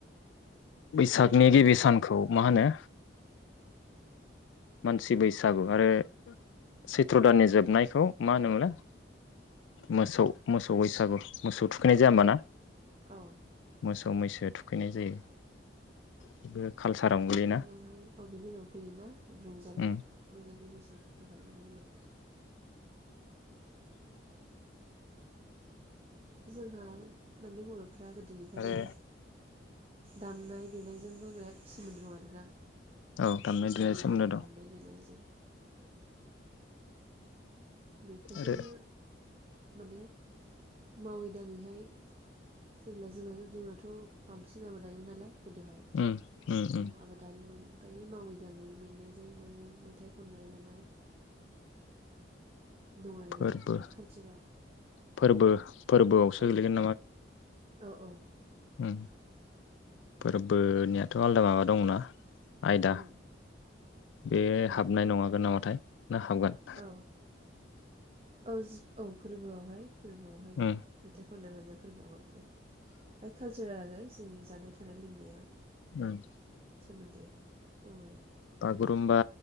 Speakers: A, on the left; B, on the right.
A: बैसागनि गिबि सानखौ मा होनो मानसि बैसागु आरो सैथ्र' दाननि जोबनायखौ मा होनोमोन लाय, मोसौ मोसौ बैसागु मोसौ थुखैनाय जाया होमबा ना?
B: औ
A: मोसौ मैसो थुखैनाय जायो बेबो कालसारावनो
B: बेनि
A: गोलैयोना?
B: <unintelligible> औ बिनि उनाव फैयो ना रंजालि
A: उम
B: रंजालि बैसागु फैबाय बिनि उनाव। जोंहा माने बर'फ्रा गोदोनिफ्रायनो
A: आरो
B: दामनाय देनायजोंबो बिराद सोमोन्दो दं आरो ना।
A: औ दामनाय
B: फोसालि
A: देनाय सोमोन्दो
B: एबसु
A: दं
B: दामनाय देनायजों। बेफोरजोंनो
A: आरो
B: माने मावै दाङैहाय। जेब्ला जों जोंनाथ' बांसिन आबादारिमोन नालाय गोदोहाय औ
A: उम उम उम
B: आबाद। दारिमोन मोखायो मावै दाङै मेंनायजों माजों मेथाइ खननाय मानाय। दं आरो
A: फोरबो
B: बिराद कालसाराव
A: फोरबो फोरबोआवसो
B: औ
A: गोलैगोन
B: औ औ
A: ओम फोरबोनियाथ' आलदा माबा दंना? आयदा
B: उम
A: बे हाबनाय नङागोन नामाथाय ना हाबगोन?
B: औ औ जि औ फोरबो आवहाय फोरबो आवहाय,
A: उम
B: मेथाइ खननाय मोननाय फोरबोआव ओमफ्राय कालसार आरो जोंनि जानाय थानाय लोंनाया
A: उम
B: सोमोन्दो दं आरो
A: बागुरुम्बा